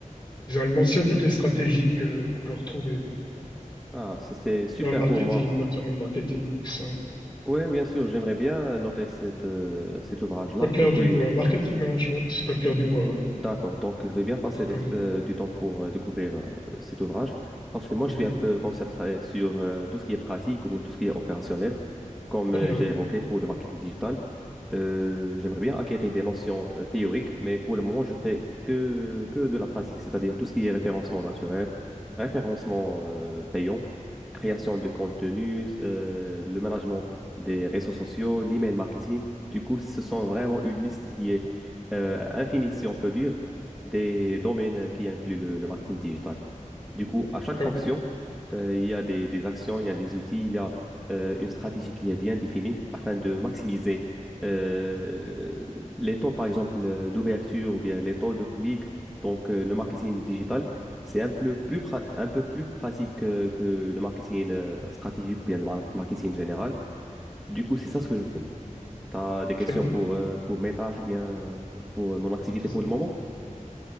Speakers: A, on the left (about 35°); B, in the centre.
A: Disons, elle mentionne toutes les stratégies que- qu'on peut retrouver dans,
B: Ah, ça c'est super
A: dans le marketing,
B: pour moi.
A: notamment le marketing mix. hein.
B: Oui, bien sûr, j'aimerais bien euh, noter cette, euh, cet ouvrage-là.
A: Kotler
B: Et puis,
A: Dubois, marketing management, Kotler Dubois, ouais,
B: D'accord, donc je vais bien passer
A: c'est très
B: l'ex-
A: connu.
B: euh, du temps pour euh, découvrir euh, cet ouvrage, parce que moi
A: Mhm.
B: je suis un peu concentré sur euh, tout ce qui est pratique ou bien tout ce qui est opérationnel, comme
A: Très
B: euh,
A: bien,
B: j'ai
A: hein.
B: évoqué pour le marketing digital. Euh, j'aimerais bien acquérir des notions euh, théoriques, mais pour le moment je fais que, que de la pratique, c'est-à-dire tout ce qui est référencement naturel, référencement euh, payant, création de contenu, euh, le management des réseaux sociaux, l'email marketing. Du coup, ce sont vraiment une liste euh, infini, si on peut dire, des domaines qui incluent le, le marketing digital. Du coup, à chaque
A: D'accord,
B: fonction, euh, il y a des, des actions, il y a des outils, il y a euh, une stratégie qui est bien définie afin de maximiser euh, les taux, par exemple, euh, d'ouverture ou bien les taux de clic. Donc, euh, le marketing digital, c'est un peu plus, pra- un peu plus pratique euh, que le marketing euh, stratégique ou bien le mar- marketing général. Du coup, c'est ça ce que je fais. Tu as des questions
A: très bien,
B: pour, euh, pour mes tâches ou bien euh, pour euh, mon activité
A: très
B: pour
A: intéressant.
B: le moment?